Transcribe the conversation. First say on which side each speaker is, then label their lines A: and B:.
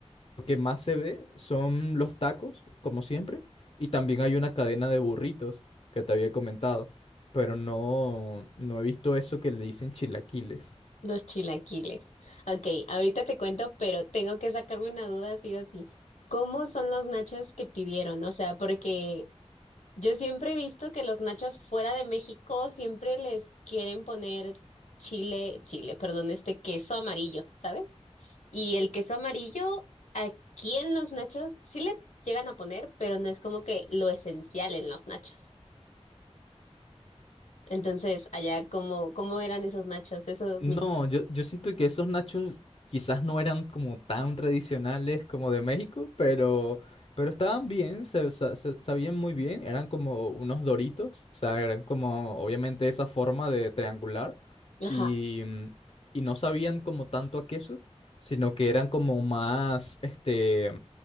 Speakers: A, on the left; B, on the left.
A: lo que más se ve son los tacos, como siempre, y también hay una cadena de burritos que te había comentado, pero no, no he visto eso que le dicen chilaquiles.
B: Los chilaquiles. Ok, ahorita te cuento, pero tengo que sacarme una duda sí o sí. ¿Cómo son los nachos que pidieron? O sea, porque Yo siempre he visto que los nachos fuera de México siempre les quieren poner chile, chile, perdón, este queso amarillo, ¿sabes? Y el queso amarillo aquí en los nachos sí le llegan a poner, pero no es como que lo esencial en los nachos. Entonces, allá, ¿cómo, cómo eran esos nachos? Eso
A: No,
B: me...
A: yo, yo siento que esos nachos quizás no eran como tan tradicionales como de México, pero, pero estaban bien, se, sa- se- sabían muy bien, eran como unos doritos, o sea, eran como obviamente esa forma de triangular
B: Ajá.
A: y, mm, y no sabían como tanto a queso, sino que eran como más, este,